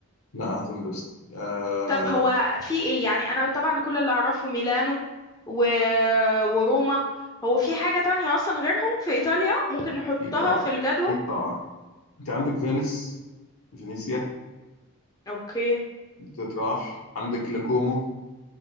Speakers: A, on the left; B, on the left.
A: لا هتنبسط آه
B: طب هو في ايه يعني انا طبعا كل اللي اعرفه ميلانو و... وروما هو في حاجة تانية اصلا غيرهم في ايطاليا ممكن نحطها
A: أكيد طبعا
B: في الجدول
A: أكيد طبعا أنت عندك فينيس فينيسيا
B: اوكي
A: دي تتراح عندك لكومو